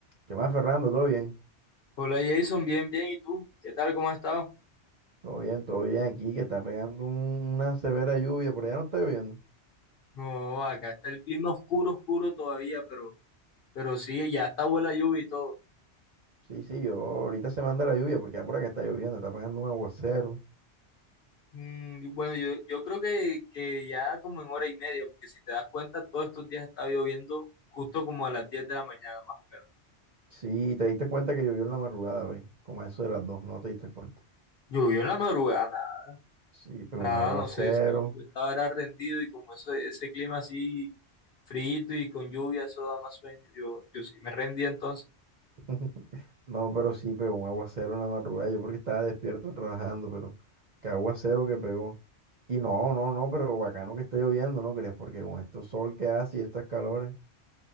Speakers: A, on the right; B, on the left.
A: ¿Qué más, Fernando? ¿Todo bien?
B: Hola Jason, bien, bien. ¿Y tú? ¿Qué tal? ¿Cómo has estado?
A: Todo bien, todo bien aquí, que está pegando un- una severa lluvia, por allá no está lloviendo.
B: No, acá está el clima oscuro, oscuro todavía, pero, pero sí, ya está buena lluvia y todo.
A: Sí, sí, yo ahorita se manda la lluvia porque ya por acá está lloviendo, está pegando un aguacero.
B: Mm, y bueno, yo, yo creo que, que ya como en hora y media, porque si te das cuenta, todos estos días está lloviendo justo como a las 10 de la mañana, más o menos.
A: Sí, te diste cuenta que llovió en la madrugada, güey, como a eso de las dos, no te diste cuenta.
B: Llovió en la madrugada, nada,
A: Sí, pero
B: nada,
A: un aguacero.
B: no sé si yo estaba era rendido y como eso, ese clima así frito y con lluvia, eso da más sueño. Yo, yo sí me rendí entonces.
A: <laughs> No, pero sí pegó un aguacero en la madrugada, yo porque estaba despierto trabajando, pero qué aguacero que pegó. Y no, no, no, pero bacano que está lloviendo, ¿no crees? Porque con este sol que hace y estas calores,